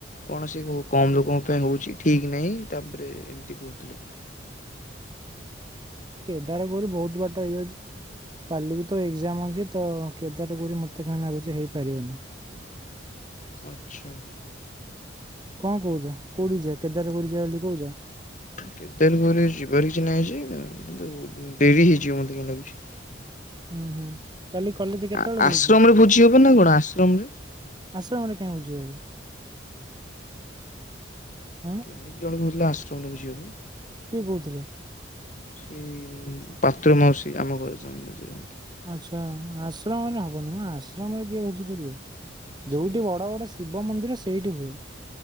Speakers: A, on the left; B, on the right.
A: କୌଣସି କ-କମ ଲୋକ ତେ ହଉଛି ଠିକ ନାହିଁ ତାପରେ ଏମିତି କହୁଥିଲେ।
B: କେଦାରଗୌରୀ ବହୁତ ବାଟ ହେଇଯାଉଛି। କାଲି ବି ତ ଏକ୍ଜାମ ଅଛି ତ କେଦାରଗୌରୀ ମୋତେ କାହିଁ ନାଗୁଚି ହେଇପାରିବନି।
A: ଆଚ୍ଛା।
B: କଣ କହୁଚ, କୋଉଠି ଯିବା, କେଦାରଗୌରୀ ଯିବା ବୋଲି କହୁଚ?
A: କେଦାରଗୌରୀ ଯିବାର କିଛି ନାହିଁ ଯେ କିନ୍ତୁ ଡେରି ହେଇଯିବ ମୋତେ କାହିଁ ଲାଗୁଛି।
B: ଉଁ, ହୁଁ । କାଲି କଲେଜ୍ କେତେବେଳେ
A: ଆ
B: ରହୁଚି,
A: ଆଶ୍ରମରେ ଭୋଜି ହବ ନା କଣ ଆଶ୍ରମରେ
B: ଆଶ୍ରମ ଆଡେ କାହିଁ ଯିବା କୁ। ହୁଁ
A: କେଜାଣି କିଏ <unintelligible> ଆଶ ଯାଉନୁ ବୁଝିବାକୁ।
B: କିଏ କହୁଥୁଲା?
A: ସେଇ ଉଁ, ପାତ୍ର ମାଉସୀ ଆମ ଘର ସାମ୍ନା ରେ ଯିଏ ରୁହନ୍ତି।
B: ଆଚ୍ଛା ଆଶ୍ରମରେ ହବନି ନା, ଆଶ୍ରମରେ କିଏ ବୋଝି କରିବ।
A: ସେଇ
B: ଯୋଉଠି ବଡ ବଡ ଶିବ ମନ୍ଦିର ସେଇଠି ହୁଏ।